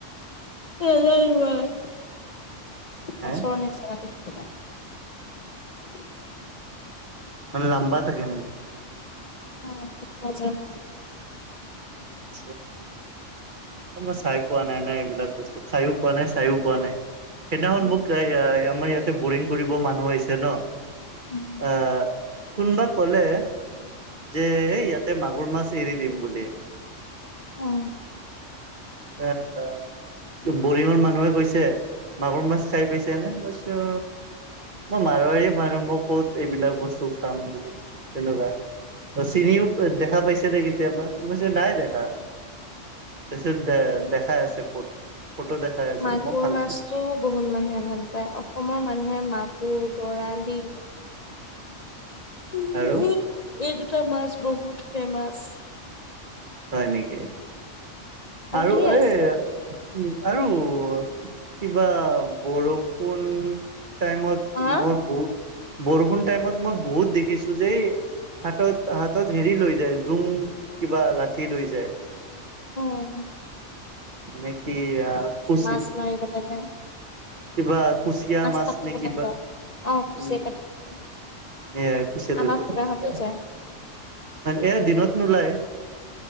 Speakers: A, on the left; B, on the right.
A: নাজানো মই
B: হে
A: মাছৰ নিচ কলা দেখিবলে <unintelligible>
B: মানে লাম্বা থাকে নেকি।
A: অ নাজানো
B: আচ্ছা এই মই চাই পোৱা নাই এইবিলাক বস্তু খাইও পোৱা নাই চাইও পোৱা নাই। সেইদিনাখন
A: অ
B: মোক এ আ আমাৰ ইয়াতে বৰিং কৰিব মানুহ আহিছে ন।
A: উম,
B: আহ। কোনবা ক'লে যে এ ইয়াতে মাগুৰ মাছ এৰি দিম বুলি।
A: অঁ।
B: এঅ। তো বৰিংৰ মানুহে কৈছে মাগুৰ মাছ খাই পাইছানে মইছো। মই মাৰোৱাৰী মানুহ মই ক'ত এইবিলাক বস্তু খাম বোলো তেনেকুৱা। চিনিও দেখা পাইছানে কেতিয়াবা মইছো নাই দেখা। তাৰপিছত দে দেখাই আছে ফ ফটো দেখাই আছে
A: মাগুৰ
B: ম মই ভালকে
A: মাছটো বহুত মানুহে ভাল পায় অসমৰ মানুহে মাগুৰ বৰালি- উমঁ
B: আৰু
A: এই এই দুটা মাছ বহুত ফেমাছ।
B: হয় নেকি আৰু
A: ধেৰ
B: এই।
A: আছে
B: উমঁ আৰু কিবা বৰষুণ। টাইমত
A: হা
B: মই বহুত বৰষুণ টাইমত মই বহুত দেখিছো যে তা হাতত হাতত হেৰি লৈ যায় জুং কিবা লাঠি লৈ যায়।
A: অঁ!
B: মানে কি আ খুচি
A: মাছ মাৰিবলৈ যায়
B: কিবা কুচিয়া মাছ
A: কাটিবলৈ
B: নে কিবা
A: যায় অ কুচিয়া
B: উমঁ।
A: কাটিব যায়
B: এয়া কুচিয়া ধৰিব।
A: আমাৰ খুৰাহঁতো
B: এ
A: যায়
B: এয়া দিনত নোলায়।